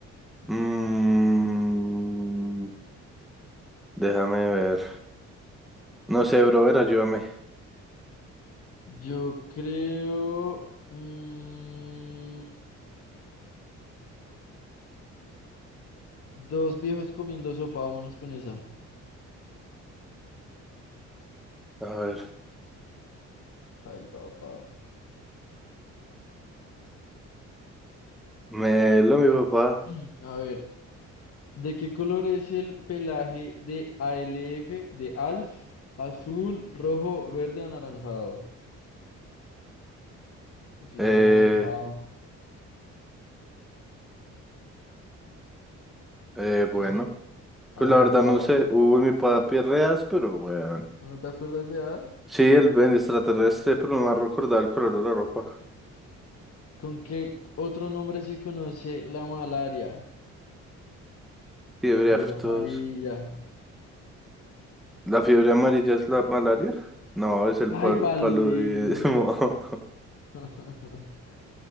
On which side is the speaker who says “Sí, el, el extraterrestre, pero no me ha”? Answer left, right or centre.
Centre